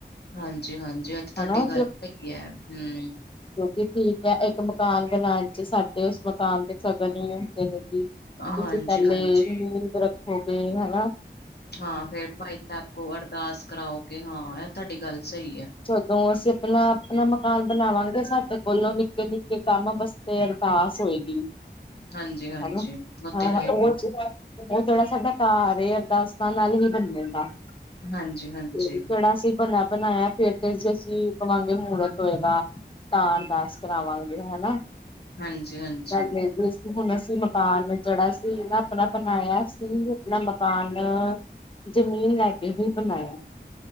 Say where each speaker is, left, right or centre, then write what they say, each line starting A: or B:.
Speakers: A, on the left; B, on the left.
A: ਹਾਂਜੀ-ਹਾਂਜੀ ਏਹ ਤੇ ਤੁਹਾਡੀ
B: ਹਨਾ
A: ਗੱਲ ਸਹੀ ਹੈ ਹੁ।
B: ਕਿਉਕਿ ਠੀਕ ਹੈ ਇੱਕ ਮਕਾਨ ਬਣਾਉਣ ਚ ਸਾਡੇ ਉਸ ਮਕਾਨ ਦੇ ਸਗਨ ਵੀ ਹੁੰਦੇ ਨੇ। ਤੁਸੀਂ
A: ਹਾਂਜੀ
B: ਪਹਿਲੇ
A: ਹਾਂਜੀ
B: ਮ <unintelligible> ਰੱਖੋਗੇ ਹੈਨਾ।
A: ਹਾਂ ਫੇਰ ਭਾਈ ਸਾਹਿਬ ਕੋ ਅਰਦਾਸ ਕਰਾਓਗੇ ਹਾਂ ਐ ਤੁਹਾਡੀ ਗੱਲ ਸਹੀ ਹੈ।
B: ਜਦੋਂ ਅਸੀ ਆਪਣਾ-ਆਪਣਾ ਮਕਾਨ ਬਣਾਵਾਂਗੇ ਤੇ ਸਾਡੇ ਕੋਲੋਂ ਨਿੱਕੇ-ਨਿੱਕੇ ਕੰਮ ਬਸ ਤੇ ਅਰਦਾਸ ਹੋਏਗੀ
A: ਹਾਂਜੀ ਹਾਂਜੀ
B: ਹੈਨਾ
A: ਉਹ
B: ਹਾਂ
A: ਤੇ ਹੈ ਹੀ
B: ਉਹ ਚ ਉਹ ਜਿਹੜਾ ਸਾਡਾ ਘਰ ਏ ਅਰਦਾਸਾਂ ਨਾਲ ਹੀ ਬੰਨੇਗਾ। ਤੇ
A: ਹਾਂਜੀ ਹਾਂਜੀ
B: ਜਿਹੜਾ ਸੀ ਬਣਿਆ ਬਣਾਇਆ ਫਿਰ ਤੇ ਜੇ ਅਸੀ ਕਵਾਂਗੇ ਮਹੂਰਤ ਹੋਏਗਾ ਤਾਂ ਅਰਦਾਸ ਕਰਾਵਾਂਗੇ ਹੈਨਾ।
A: ਹਾਂਜੀ ਹਾਂਜੀ
B: <unintelligible> ਹੁਣ ਅਸੀ ਮਕਾਨ ਜੜਾ ਸੀ ਇਹ ਆਪਣਾ ਬਣਾਇਆ ਸੀ ਆਪਣਾ ਮਕਾਨ ਜ਼ਮੀਨ ਲੈ ਕੇ ਹੀ ਬਣਾਇਆ।